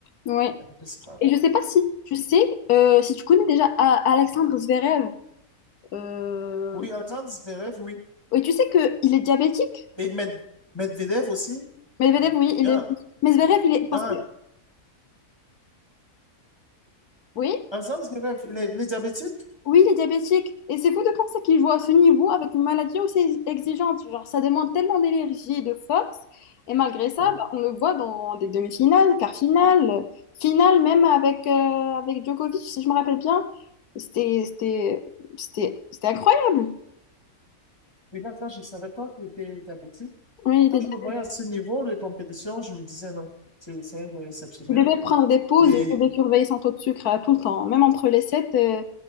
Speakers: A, on the left; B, on the left.
A: Oui.
B: un peu cela.
A: Et je sais pas si tu sais, euh, si tu connais déjà A- Alexandre Zverev. euh,
B: Oui, Alexandre Zverev, oui.
A: Oui, tu sais que il est diabétique.
B: Et Med- Medvedev aussi.
A: Medvedev, oui, il
B: Ah,
A: est. Mais Zverev, il est. Parce
B: ah,
A: que. Oui,
B: Alexandre Zverev, il est, il est diabétique?
A: oui, il est diabétique. Et c'est fou de penser qu'il joue à ce niveau avec une maladie aussi exigeante. Genre, ça demande tellement d'énergie et de force. Et malgré ça,
B: Oui.
A: bah, on le voit dans des demi-finales, quarts finales, finale même avec, euh, avec Djokovic, si je me rappelle bien. C'était c'était- c'était- c'était incroyable.
B: Oui, là, là, je ne savais pas que tu addictif.
A: Oui, il était
B: Quand je
A: diabétique.
B: le voyais à ce niveau de compétition, je me disais non, c'est c'est un joueur exceptionnel.
A: Il devait prendre des pauses
B: Et,
A: et il devait surveiller son taux de sucre euh, tout le temps. Même entre les sets, euh,